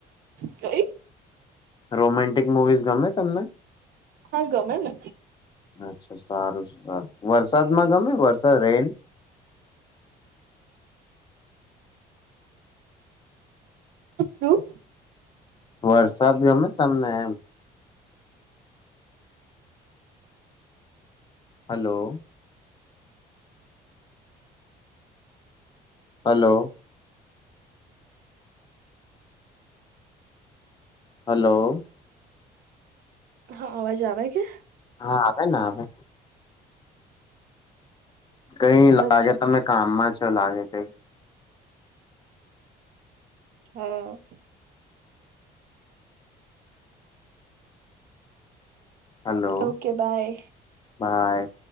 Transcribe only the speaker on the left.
રોમાન્ટ ગમે તમને.
અચ્છા સારું સારું વરસાદમાં ગમે વરસાદ સરેન.
વરસાદ ગમે તમને એમ. હલો. હલો. હલો.
હા આવે ને આવે કંઈ લાગે
તમે કામમાં છો લાગે કંઈ.
Hello,
bye.